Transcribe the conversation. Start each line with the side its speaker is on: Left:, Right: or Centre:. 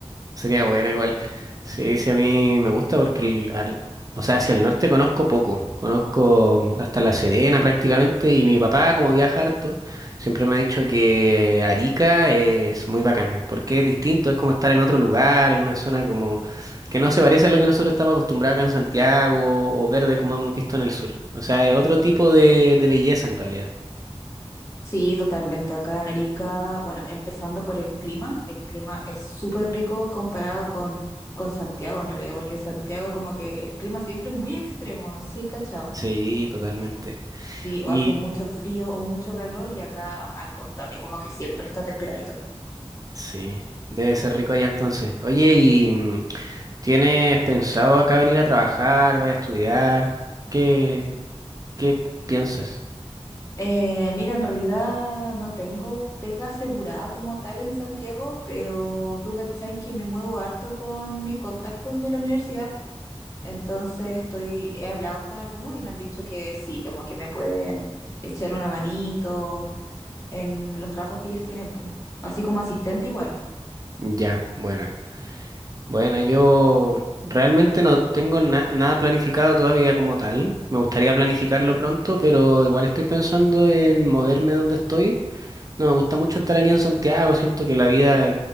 Right: Sería bueno igual. Sí, sí, a mí me gusta porque, el- al- o sea, hacia el norte conozco poco. Conozco hasta La Serena prácticamente y mi papá, como viaja harto, siempre me ha dicho que Arica es muy bacán porque es distinto, es como estar en otro lugar, en una zona como que no se parece a lo que nosotros estamos acostumbrados acá en Santiago o verde como hemos visto en el sur. O sea, es otro tipo de, de belleza en realidad.
Left: Sí, totalmente. Acá en Arica, bueno, empezando por el clima, el clima es súper rico comparado con, con Santiago en realidad, porque en Santiago como que el clima siempre es muy extremo, no sé si hay cachado.
Right: Sí, totalmente.
Left: Sí, o
Right: Y
Left: hace mucho frío o mucho calor y acá al contrario, como que siempre está temperadito.
Right: sí, debe ser rico allá entonces. Oye, y... mm, ¿Tienes pensado acá venir a trabajar, vas a estudiar? ¿Qué, qué piensas?
Left: Eh, mira, en realidad no tengo pega asegurada como tal en Santiago, pero tú cachai que me muevo harto con mis contactos de la universidad, po. Entonces estoy, he hablado con algunos y me han dicho que sí, como que me pueden echar una manito en los trabajos que ellos tienen, pues. Así como asistente igual.
Right: Ya, buena. bueno, yo realmente no tengo na- nada planificado todavía como tal. Me gustaría planificarlo pronto, pero igual estoy pensando en moverme donde estoy. No me gusta mucho estar aquí en Santiago, siento que la vida